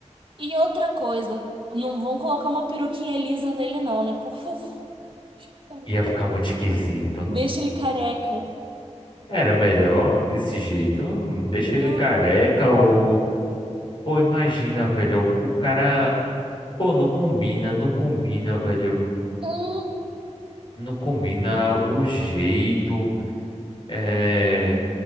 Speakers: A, on the right; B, on the left.
A: E outra coisa, não vão colocar uma peruquinha lisa nele, não, né? Por favor. <laughs>
B: Ia ficar muito esquisito.
A: Deixa ele careca.
B: Era melhor desse jeito. hum, Deixa ele
A: Não.
B: careca ou. Pô, imagina, velho. O cara. Pô, não combina, não combina, velho.
A: Hum.
B: Não combina o jeito, é...